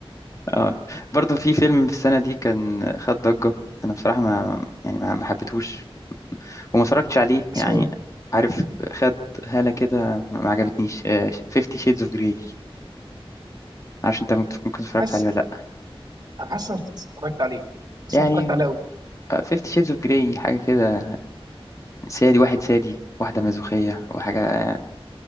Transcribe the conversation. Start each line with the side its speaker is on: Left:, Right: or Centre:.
Left: اه برضه في فيلم في السنة دي كان خد ضجة أنا بصراحة ما يعني ما ما حبيتهوش وما اتفرجتش عليه
Right: بس
Left: يعني
Right: مين
Left: عارف خد هالة كده ما ما عجبتنيش آه، 50 Shades of Grey عشان انت ممكن تكون كنت اتفرجت
Right: حاسس
Left: عليه ولا لا
Right: انا حاسس إن انا اتفرجت عليه حاسس
Left: يعني
Right: إن انا اتفرجت عليه قوي
Left: آه، 50 Shades of Grey حاجة كده سادي واحد سادي واحدة مازوخية وحاجة آه،